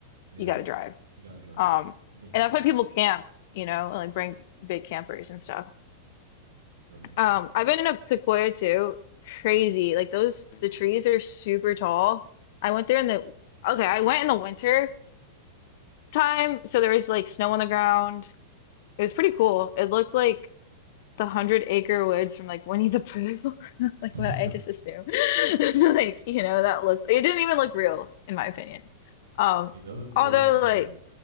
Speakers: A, on the right (about 80°); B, on the left (about 60°).
A: Yeah.
B: You got to drive.
A: You got to drive.
B: Um,
A: Makes
B: and
A: sense.
B: that's why people camp, you know, and like bring big campers and stuff.
A: W camp.
B: Um, I've been in a Sequoia too. Crazy. Like those, the trees are super tall. I went there in the, okay, I went in the winter time, so there was like snow on the ground. It was pretty cool. It looked like the Hundred Acre Woods from like Winnie the Pooh. <laughs> Like
A: <laughs> I
B: what I just assumed. <laughs> Like, you know, that looks, it didn't even look real in my opinion. Um,
A: mean, those
B: although
A: those do
B: like
A: like